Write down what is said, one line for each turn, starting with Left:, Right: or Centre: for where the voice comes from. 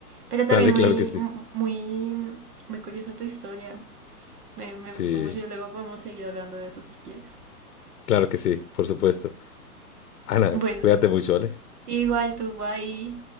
Right: Pero también
Left: Dale,
Right: muy,
Left: claro que sí.
Right: muy, muy curiosa tu historia. Me, me
Left: Sí,
Right: gustó mucho y luego podemos seguir hablando de eso si quieres.
Left: claro que sí, por supuesto. Ana,
Right: Bueno,
Left: cuídate mucho, ¿vale?
Right: igual tú va ahí